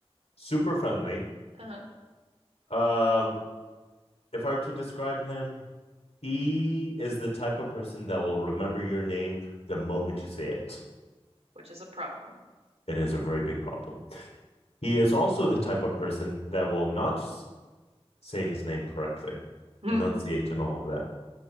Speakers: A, on the left (about 80°); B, on the right (about 80°).
A: Super friendly.
B: Uh-huh.
A: Um, if I were to describe him, he is the type of person that will remember your name the moment you say it.
B: Which is a problem.
A: It is a very big problem. He is also the type of person that will not say his name correctly,
B: Mhm.
A: enunciate and all of that.